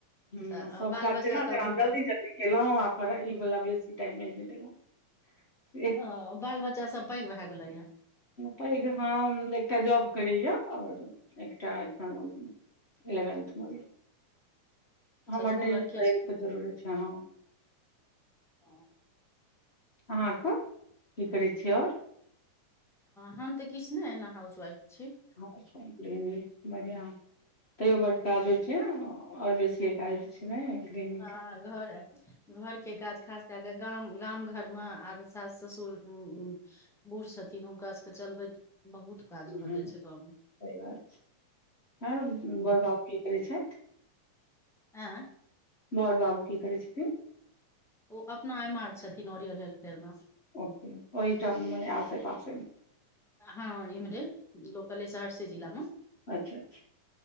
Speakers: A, on the left (about 75°); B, in the centre.
A: हँ
B: तऽ अ,
A: सब
B: बाल
A: काज
B: बच्चा
A: जेना
B: सब
A: जल्दी जल्दी खेलहुँ आ पर इ वाला बेसी टाइम ए देलहुँ से
B: ह बाल बच्चा सब पैघ भए गेलैए
A: पैघ हम एकटा जॉब करैए आओर एकटा एखन इलेवेन्थ म
B: अच्छा
A: हमर
B: दुनू लड़के
A: तयो
B: छै
A: के जरूरी छै ह
B: ह
A: अहाँके की करै छी आओर
B: हम तऽ किछु नहि एना हाउसवाइफ छी
A: ह बढ़िया तैयो बड काज होइ छै और बेसीए काज नहि एकदिन
B: ह घर घर के गाछ खास किये तऽ गाम गाम घर मे आर सास ससुर <unintelligible> बूढ़ छथिन हुनका सबके चलबैत बहुत काज भऽ
A: ह
B: जाइ
A: स
B: छै गाँवमे
A: बात छै आरो
B: हूँ
A: बड़ बाबु की करै छथि
B: आ
A: बड़ बाबू की करै छथिन
B: ओ अपना एम आर छथिन रियल हेल्थफयर मे
A: ओ ओहिठाम मने आसे पासेमे
B: हँ इम्हरे लोकले सहरसे जिलामे
A: अच्छा अच्छा